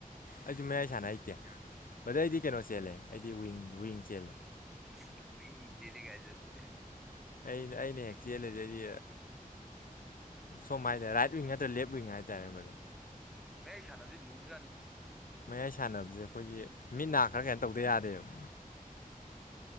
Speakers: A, on the left; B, in the centre.
A: ꯑꯩꯁꯨ ꯃꯌꯥꯏ ꯁꯥꯟꯅ ꯍꯩꯇꯦ ꯕꯗꯩ ꯑꯩꯗꯤ ꯀꯩꯅꯣ ꯆꯦꯜꯂꯦ ꯑꯩꯗꯤ ꯋꯤꯡ ꯋꯤꯡ ꯆꯦꯜꯂꯦ
B: <unintelligible> ꯆꯦꯂꯒꯖꯁꯦ
A: ꯑꯩꯅ ꯑꯩꯅ ꯍꯦꯛ ꯆꯦꯜ ꯂꯩꯖꯔꯤ ꯁꯣꯝ ꯍꯥꯏꯔꯦ ꯔꯥꯏꯠ ꯋꯤꯡ ꯅꯠꯇ꯭ꯔ ꯂꯦꯞ ꯋꯤꯡ ꯍꯥꯏꯇꯥꯔꯦ ꯃꯗ
B: ꯃꯑꯩ ꯁꯥꯟꯅꯕꯁꯤ ꯂꯨꯕꯖꯥꯠꯅꯤꯗ
A: ꯃꯌꯥꯏ ꯁꯥꯟꯅꯕꯁꯦ ꯑꯩꯈꯣꯏꯒꯤ ꯃꯤꯠ ꯅꯥ ꯈꯔ ꯀꯩ ꯇꯧꯗ ꯌꯥꯗꯦꯕ
B: ꯎꯝ